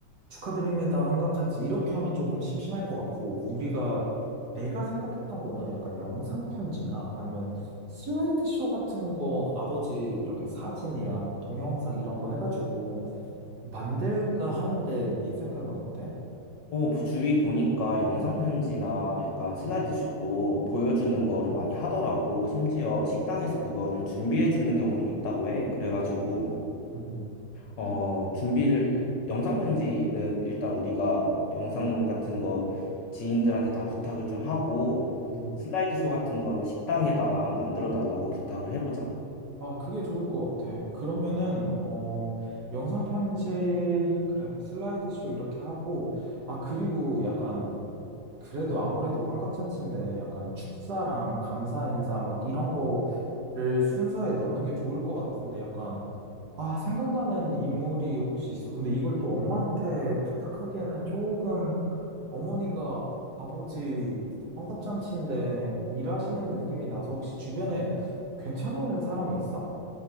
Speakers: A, on the right; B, on the left.
A: 축하드립니다, 환갑잔치 이렇게 하면 조금 심심할 것 같고, 우리가 내가 생각했던 거는 약간 영상편지나 아니면 슬라이드 쇼 같은 거 아버지 이렇게 사진이랑 동영상 이런 거 해가지고 만들까 하는데, 네 생각은 어때?
B: 또 주위 보니까 영상 편지나 약간 슬라이드쇼로
A: 음,
B: 보여주는 거를 많이 하더라고. 심지어 식당에서 그거를 준비해 주는 경우도 있다고 해. 그래가지고
A: 음,
B: 어 준비를 영상 편지는 일단 우리가 영상 같은 거 지인들한테 다 부탁을 좀 하고
A: 음.
B: 슬라이드쇼 같은 거는 식당에다가 한 만들어 달라고 부탁을 해보자.
A: 아, 그게 좋을 것 같아. 그러면은, 어, 영상 편지, 그래, 슬라이드쇼 이렇게 하고, 아, 그리고 약간, 그래도 아무래도 환갑잔치인데, 약간 축사랑 감사 인사 막 이런 거를 순서에 넣는 게 좋을 것 같은데, 약간, 아, 생각나는 인물이 혹시 있어. 근데 이걸 또 엄마한테 부탁하기에는 조금, 어머니가 아버지 환갑잔치인데, 일하시는 느낌이 나서 혹시 주변에 괜찮은 사람이 있어?